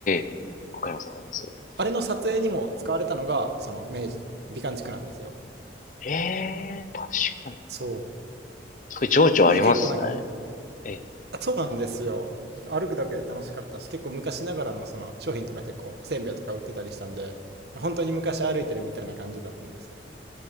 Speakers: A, on the left (about 45°); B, on the right (about 65°).
A: えわかります、わかります。
B: あれの撮影にも使われたのが、その明治、美観地区なんですよ。
A: ええ確かに。
B: そう。
A: すごい情緒ありますね。
B: に結構なんか、む
A: え
B: そうなんですよ。歩くだけで楽しかったし、結構昔ながらのその商品とか結構、せんべいとか売ってたりしたんで、本当に昔歩いてるみたいな感じだったんですよ。